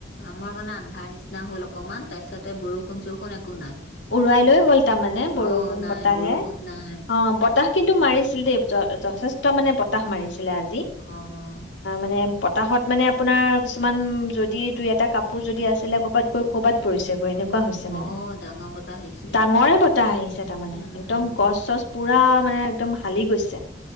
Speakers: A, on the left; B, on the left.
A: আমাৰ মানে আন্ধাৰ নিচিনা হ'ল অকনমান তাৰ পিছতে বৰষুণ চৰষুণ একো নাই।
B: উৰুৱাই লৈ গ'ল তাৰমানে বৰষুণ
A: অ', নাই
B: বতাহে
A: বৰষুণ নাই
B: অ বতাহ কিন্তু মাৰিছিল দেই যথেষ্ট মানে বতাহ মাৰিছে আজি
A: অ',
B: মানে বতাহত মানে আপোনাৰ কিছুমান যদি দুই এটা কাপোৰ যদি আছিলে কৰ'বাত গৈ কৰ'বাত পৰিছেগৈ এনে ক হৈছে
A: অ',
B: মানে
A: ডাঙৰ বতাহ দিছে।
B: ডাঙৰে বতাহ আহিছে তাৰমানে
A: উম,
B: একদম গছ চছ পুৰা মানে একদম হালি গৈছে